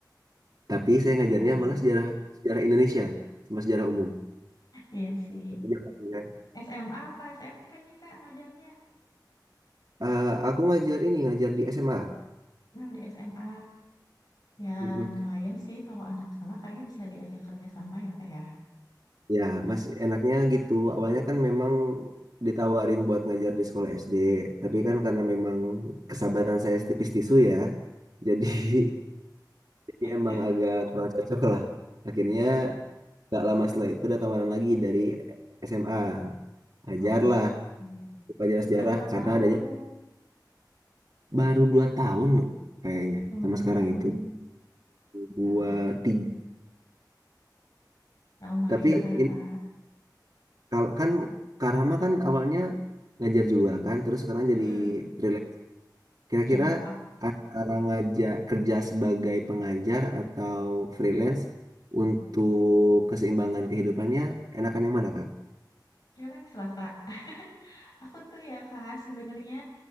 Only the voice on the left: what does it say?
Mungkin
ke sana.
Iya sih.
SMA apa SMP nih Kak ngajarnya?
Nah, di SMA. Ya
lumayan sih kalau anak SMA kayaknya bisa diajak kerja sama ya Kak ya.
<laughs>
Oh,
iya.
Udah berapa
tahun?
Hmm,
ya,
ya lumayan
lah
Kak.
Ya.
Mm-mm.
Ya, aku
freelance lah Kak. <laughs> Aku tuh ya Kak sebenarnya